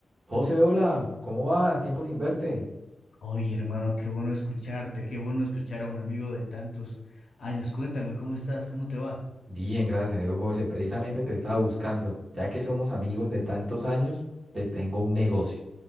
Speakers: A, on the right; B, on the left.
A: José, hola, ¿cómo vas? Tiempo sin verte.
B: Oye, hermano, qué bueno escucharte, qué bueno escuchar a un amigo de tantos años. Cuéntame, ¿cómo estás? ¿Cómo te va?
A: Bien, gracias a Dios, José. Precisamente te estaba buscando. Ya que somos amigos de tantos años, te tengo un negocio.